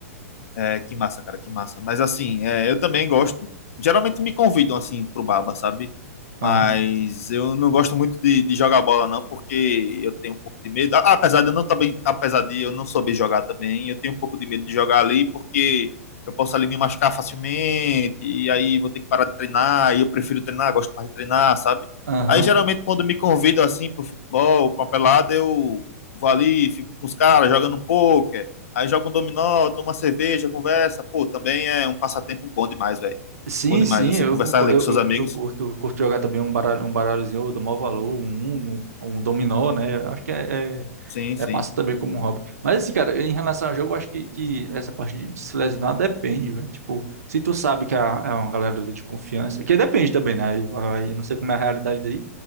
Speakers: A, on the left (about 65°); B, on the right (about 75°).
A: É, que massa, cara, que massa. Mas assim, é, eu também gosto. Geralmente me convidam assim pro baba, sabe?
B: Aham,
A: Mas eu não gosto muito de, de jogar bola, não, porque eu tenho um pouco de medo. A- Apesar de eu não também, apesar de eu não saber jogar também, eu tenho um pouco de medo de jogar ali, porque eu posso ali me machucar facilmente, e aí vou ter que parar de treinar, e eu prefiro treinar, gosto mais de treinar, sabe?
B: aham.
A: Aí geralmente quando me convidam assim pro futebol, pra uma pelada, eu vou ali, fico com os caras, jogando um pouco Aí joga um dominó, toma uma cerveja, conversa. Pô, também é um passatempo bom demais, velho.
B: Sim,
A: Bom demais.
B: sim,
A: Você
B: eu
A: conversar
B: concordo,
A: ali
B: eu,
A: com seus
B: eu,
A: amigos.
B: eu curto, curto jogar também um baralho, um baralhozinho, eu dou maior valor, um Uno, um dominó, né? Eu Acho que é, é,
A: Sim, sim,
B: é massa também como um hobby. Mas assim, cara, em relação ao jogo, eu acho que, que essa parte de se lesionar depende, velho. Tipo, se tu sabe que é é uma galera ali de confiança, que depende também, né? Aí, vai- eu não sei como é a realidade daí,